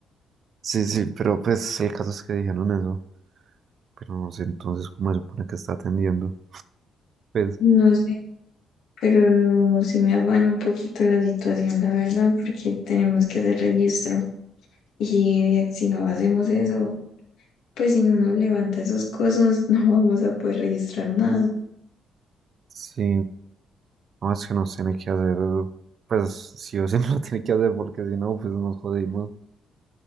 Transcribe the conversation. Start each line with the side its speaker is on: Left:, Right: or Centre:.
Right: Sí, sí, pero pues el caso es que dijeron eso. Pero no sé entonces cómo se supone que está atendiendo. Pues
Left: No sé. pero sí me afana un poquito la situación, la verdad, porque tenemos que hacer registro y si no hacemos eso, pues si no nos levanta esos cosas, <laughs> no vamos a poder registrar nada.
Right: sí. No, es que no tiene que hacer, pues sí o sí <laughs> no lo tiene que hacer porque si no, pues nos jodimos.